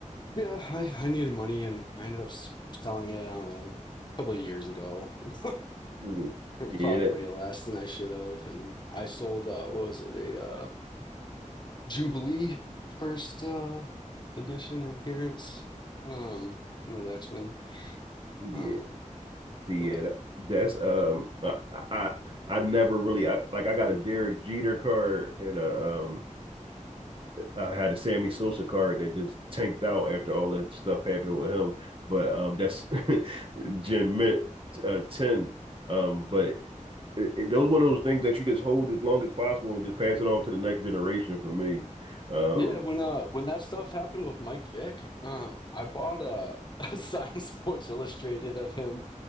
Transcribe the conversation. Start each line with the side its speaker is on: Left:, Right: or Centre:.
Left: yeah, I, I needed money and I ended up s- selling it. I don't know, a couple of years ago. <laughs>
Right: Mm.
Left: for
Right: Yeah,
Left: probably
Right: that
Left: way less than I should have. And I sold uh what was it, a uh Jubilee first uh edition or appearance. Um, you know, the X-Men.
Right: yeah.
Left: Um,
Right: yeah,
Left: but
Right: that, that's um, I, I I never really I, like I got a Derek Jeter card and a um, I had a Sammy Sosa card that just tanked out after all that stuff happened with him. But um, that's <laughs> Gen Mint uh, ten. Um, but it, it, those one of those things that you just hold as long as possible and just pass it on to the next generation. For me, um.
Left: Yeah, when uh when that stuff happened with Mike Vick, um, I bought a, <laughs> a Science Sports Illustrated of him,